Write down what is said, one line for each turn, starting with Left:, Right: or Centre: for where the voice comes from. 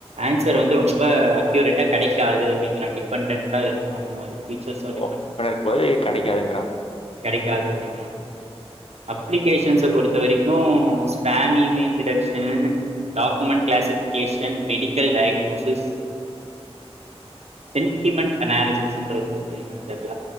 Right: ஆன்சர் வந்து ரொம்ப அக்யூரெட்டா கெடைக்காது அப்டிங்கறா டிபெண்டன்ட்டா இருக்கும்போது ஃபியூச்சர்ஸ் ஆர்
Left: ஓ <inaudible> போய் கடைக் காதுங்கிறா
Right: கெடைக்காது அப்டிங்கறா அப்ளிகேஷன்ஸ பொருத் து வரைக்கு spam email detection, document classification, medical diagnosis, sentiment அனாலிசிஸ்ஸுன்ருக்கு அது என்னன் தெர்ல